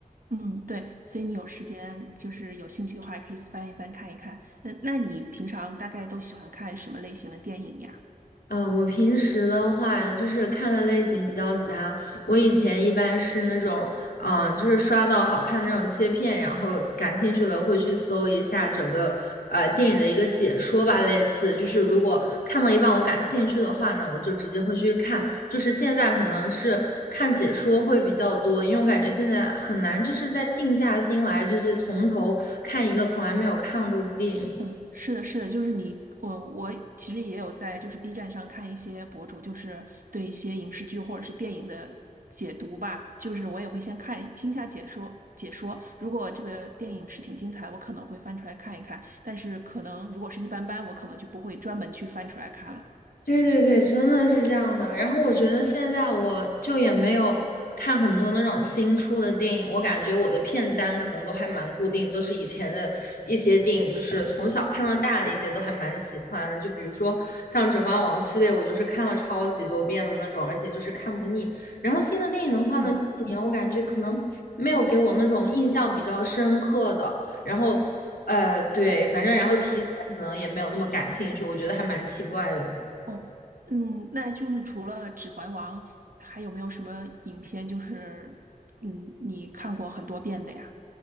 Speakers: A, on the right; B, on the left.
A: 嗯，对，所以你有时间就是有兴趣的话，也可以翻一翻看一看。呃，那你平常大概都喜欢看什么类型的电影呀？
B: 嗯，我平时的话就是看的类型比较杂。我以前一般是那种，嗯，就是刷到好看那种切片，然后感兴趣了会去搜一下整个呃电影的一个解说吧，类似就是如果看到一半我感兴趣的话呢，我就直接会去看。就是现在可能是看解说会比较多，因为我感觉现在很难就是再静下心来，就是从头看一个从来没有看过的电影。
A: 嗯，是的，是的，就是你，我我其实也有在就是 B 站上看一些博主，就是对一些影视剧或者是电影的解读吧，就是我也会先看听一下解说解说，如果这个电影是挺精彩的，我可能会翻出来看一看，但是可能如果是一般般，我可能就不会专门去翻出来看了。
B: 对对对，真的是这样的。然后我觉得现在我就也没有看很多那种新出的电影，我感觉我的片单可能都还蛮固定，都是以前的一些电影，就是从小看到大的一些都还蛮喜欢的。就比如说像《指环王》系列，我就是看了超级多遍的那种，而且就是看不腻。然后新的电影的话呢，
A: 嗯，
B: 这几年我感觉可能没有给我那种印象比较深刻的，然后呃，对，反正然后题材可能也没有那么感兴趣，
A: 哦
B: 我觉得还蛮奇怪的。
A: 哦，嗯，那就是除了《指环王》，还有没有什么影片就是嗯你看过很多遍的呀？